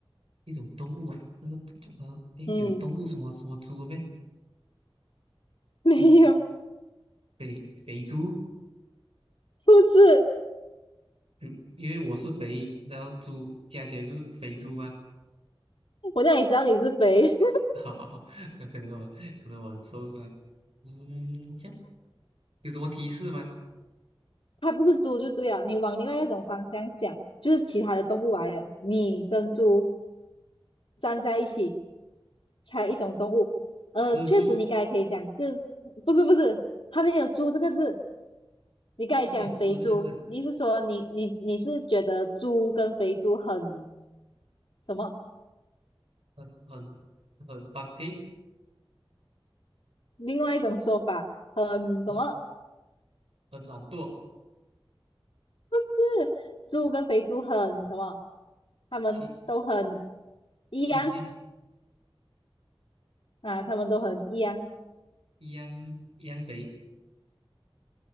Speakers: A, on the right (about 80°); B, on the left (about 65°).
A: 一种动物啊，那个动呃，诶，
B: 嗯，
A: 有动物什么什么猪没？
B: <laughs> 没有，
A: 嗯，肥肥猪，
B: 不是。
A: 如因为我是肥，然后猪加起来不是肥猪吗？
B: 我让你知道你是肥。
A: <laughs> 哈哈哈，可能我可能我很瘦是吧？嗯，这样有什么提示吗？
B: 它不是猪就对了，你往另外那种方向想，就是其他的动物来了，你跟猪站在一起，猜一种动物。呃，
A: 蜘蛛，
B: 确实你刚才可以讲是，不是不是，它没有猪这个字。你刚才讲肥猪，
A: 上没有猪这个字，
B: 你是说你你你是觉得猪跟肥猪很什么？
A: 很很很般配，
B: 另外一种说法很什么？
A: 很很懒惰，
B: 是猪跟肥猪很什么？他们都很
A: 亲
B: 一样
A: 亲近
B: 啊，他们都很一样。
A: 一样一样肥